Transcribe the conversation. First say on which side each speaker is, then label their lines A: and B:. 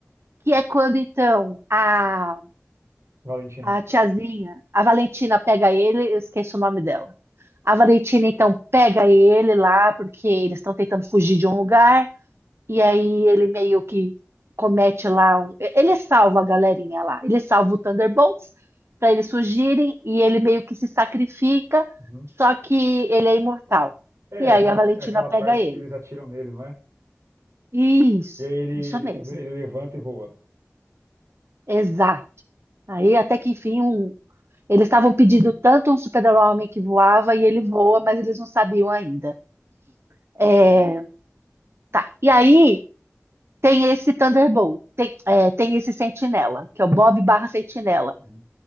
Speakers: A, on the right; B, on the right.
A: Que é quando então a,
B: Valentino.
A: a tiazinha, a Valentina pega ele, eu esqueço o nome dela. A Valentina então pega ele lá porque eles estão tentando fugir de um lugar. E aí ele meio que comete lá um... Ele salva a galerinha lá. Ele salva o Thunderbolts para eles fugirem e ele meio que se sacrifica,
B: Uhum.
A: só que ele é imortal.
B: É,
A: E aí
B: é aquela,
A: a Valentina
B: é aquela
A: pega
B: parte
A: ele.
B: que eles atiram nele, não é?
A: Isso,
B: E aí ele,
A: isso mesmo.
B: ele, ele levanta e voa.
A: Exato. Aí até que enfim um... eles estavam pedindo tanto um super-homem que voava e ele voa, mas eles não sabiam ainda. É, tá. E aí tem esse Thunderbolt, tem, é, tem esse Sentinela, que é o Bob barra Sentinela.
B: Uhum.